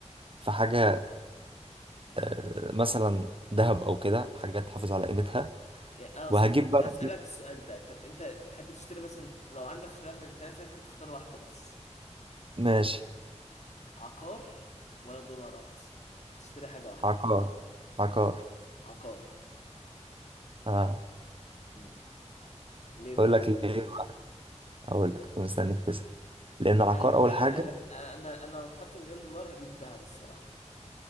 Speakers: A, on the right; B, on the left.
A: في حاجة آه، مثلا ذهب أو كده حاجة تحافظ على قيمتها
B: يعني اه
A: وهجيب
B: صح كنت
A: بقى
B: هسألك السؤال ده طب انت تحب تشتري مثلا لو عندك خيار من التلاتة لازم تختار واحدة بس
A: ماشي
B: عقار ولا دولارات تشتري حاجة واحدة
A: عقار عقار
B: عقار
A: آه.
B: امم ليه
A: أقول لك ليه بقى؟ أقول لك كنت مستنيك تسأل لأن العقار
B: انا لو
A: أول
B: مكانك
A: حاجة
B: هج- انا انا لو اتحط مليون دولار هجيب دهب الصراحه